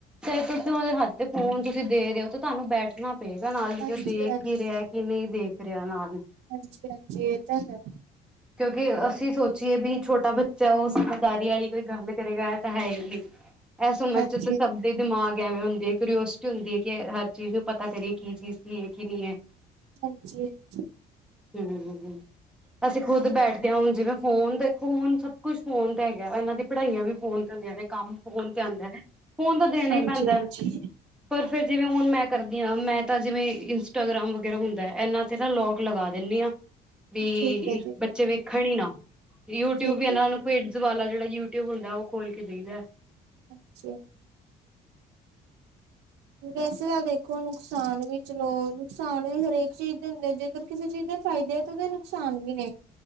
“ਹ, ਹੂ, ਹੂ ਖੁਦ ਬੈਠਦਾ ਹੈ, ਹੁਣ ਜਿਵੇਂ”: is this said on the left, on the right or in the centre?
Centre